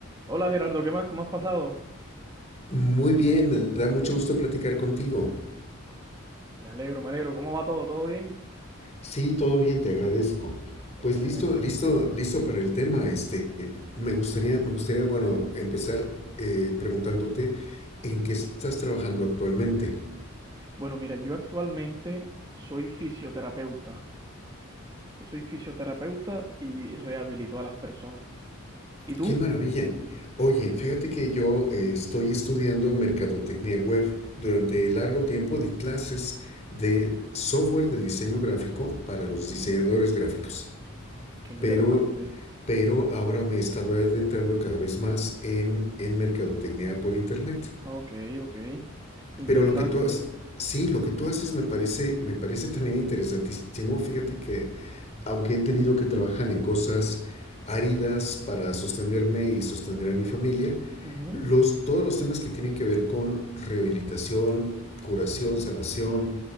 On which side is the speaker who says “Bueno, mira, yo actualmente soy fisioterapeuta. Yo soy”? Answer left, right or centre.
Right